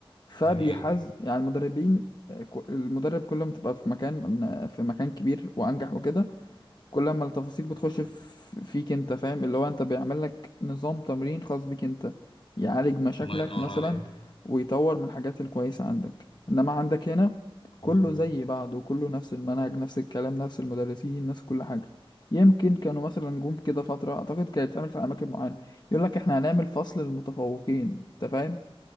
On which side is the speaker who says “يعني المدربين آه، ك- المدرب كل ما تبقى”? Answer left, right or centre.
Left